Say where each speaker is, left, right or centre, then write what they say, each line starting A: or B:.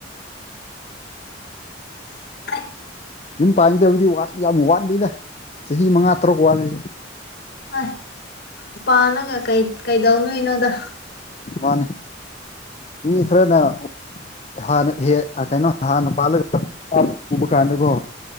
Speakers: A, on the left (about 60°); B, on the left (about 35°).
A: <inaudible>
B: ꯌꯨꯝ ꯄꯥꯟꯒꯕꯗꯤ ꯋꯥꯠ ꯌꯥꯝ ꯋꯥꯠꯂꯤꯗ ꯆꯍꯤ ꯃꯉꯥ ꯇꯔꯨꯛ ꯋꯥꯠꯂꯤ
A: ꯑꯥꯏ ꯄꯥꯂꯒ ꯀꯩ ꯀꯩꯗꯧ ꯅꯨꯏꯅꯣꯗ
B: ꯃꯥꯅꯦ ꯃꯤ ꯈꯔꯅ ꯑꯣ ꯍꯥꯟꯅ ꯏꯍꯦ ꯑ ꯀꯩꯅꯣ ꯅꯍꯥꯟꯅꯄꯥꯥꯜꯂꯒ <unintelligible> ꯑꯨꯕ ꯀꯥꯟꯗꯀꯣ